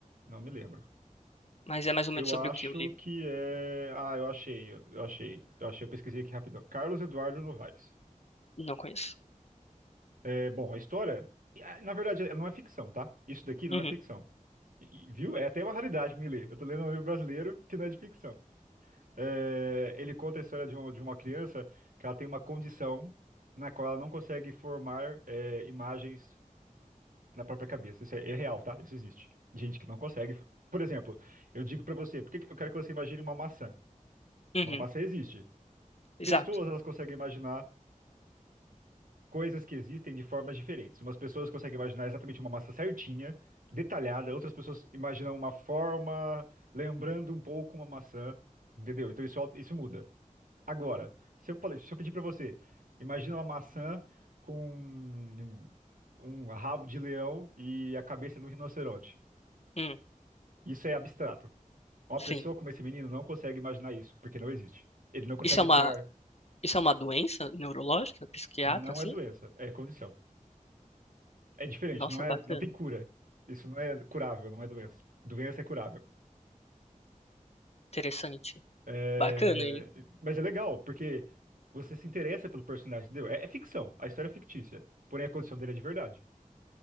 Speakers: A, on the right (about 80°); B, on the left (about 50°).
A: Não me lembro.
B: Mas é mais ou
A: Eu
B: menos sobre
A: acho
B: o que o livro.
A: que é. Ah, eu achei, eu achei, eu achei, eu pesquisei aqui rapidão. Carlos Eduardo Novaes.
B: Não conheço.
A: É, bom, a história, e, ah, na verdade, ela não é ficção, tá? Isso daqui não
B: Uhum,
A: é ficção. E- e, Viu? É até uma raridade me ler. Eu tô lendo um livro brasileiro que não é de ficção. É, ele conta a história de uma, de uma criança que ela tem uma condição na qual ela não consegue formar é, imagens na própria cabeça. Isso é, é real, tá? Isso existe. Gente que não consegue. Por exemplo, eu digo pra você, por que que eu quero que você imagine uma maçã?
B: uhum,
A: Uma maçã existe.
B: exato.
A: Pessoas, elas conseguem imaginar coisas que existem de formas diferentes. Umas pessoas conseguem imaginar exatamente uma maçã certinha, detalhada. Outras pessoas imaginam uma forma lembrando um pouco uma maçã, entendeu? Então isso, é, isso muda. Agora, se eu, falei- se eu pedir pra você, imagina uma maçã com um rabo de leão e a cabeça de um rinoceronte.
B: Hum,
A: Isso é abstrato. Uma
B: sim.
A: pessoa como esse menino não consegue imaginar isso, porque não existe. Ele não consegue
B: Isso é uma,
A: tirar.
B: isso é uma doença neurológica, psiquiatra,
A: Não
B: assim?
A: é doença, é condição. É diferente,
B: Nossa,
A: não é,
B: bacana.
A: não tem cura. Isso não é curável, não é doença. Doença é curável.
B: Interessante.
A: É,
B: Bacana, hein?
A: Mas é legal, porque você se interessa pelo personagem, entendeu? É, é ficção, a história é fictícia, porém a condição dele é de verdade.